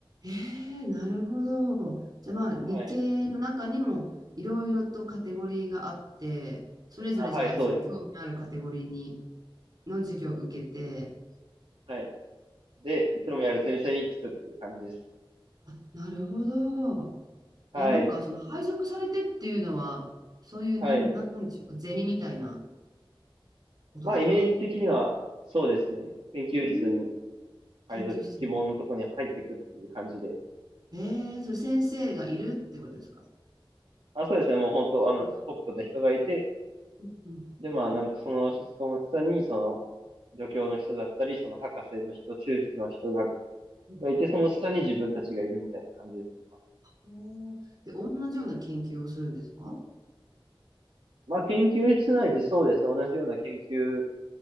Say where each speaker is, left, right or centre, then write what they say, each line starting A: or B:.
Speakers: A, on the right; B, on the right.
A: えーなるほど。じゃあまあ理系の中にもいろいろとカテゴリーがあって、
B: はい。
A: それぞれじゃあその興味のあるカテゴリーに
B: あ、はい、そうです。
A: の授業を受けて、
B: はい。で、興味ある先生につくっていう感じですね。
A: あ、なるほど。
B: はい。
A: え、なんかその配属されてっていうのは、そういうなん、
B: はい。
A: なんでしょうか、ゼミみたいなことですか
B: まあ、イメージ的には、そうですね。研究室に
A: うん、
B: 配属、
A: 研究室に。
B: 希望のとこに入っていくっていう感じで。
A: えーそれ先生がいるってことですか
B: あ、そうですね。もう本当、あの、
A: う
B: トップの人がいて、
A: んうん
B: で、まあ、なんかその人の下に、その、助教の人だったり、その博士の人、修士の人が
A: うん。
B: がいて、その下に自分たちがいるみたいな感じですね。
A: おーで、同じような研究をするんですか
B: まあ、研究室内でそうですね。同じような研究